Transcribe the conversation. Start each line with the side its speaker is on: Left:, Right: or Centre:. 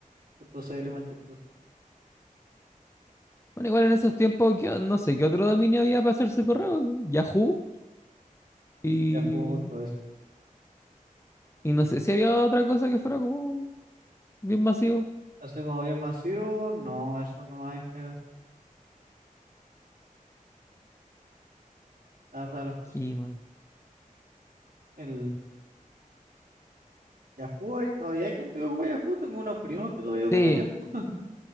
Right: Punto C L más chistoso.
Left: Bueno, igual en esos tiempos, ¿qué- no sé qué otro dominio había para hacerse correo. Yahoo y
Right: Ya .cl manchistoso. Yahoo.es.
Left: y no sé si había otra cosa que fuera como bien masivo.
Right: Así como bien masivo, no, eso nomás en general, la verdad de las cosas.
Left: Sí, man.
Right: El Yahoo, hay- todavía hay gente que ocupa Yahoo, tengo unos primos que todavía ocupan
Left: Sí,
Right: Yahoo. <laughs>